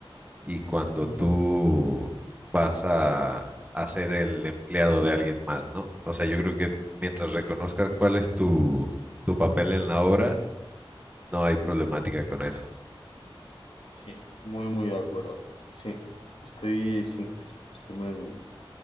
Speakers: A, on the right; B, on the left.
A: y cuando
B: Ujú.
A: tú vas a, a ser el empleado de alguien más, ¿no? O sea, yo creo que mientras reconozcas cuál es tu, tu papel en la obra, no hay problemática con eso.
B: Sí, muy, muy de acuerdo. Sí, estoy, sí, estoy muy,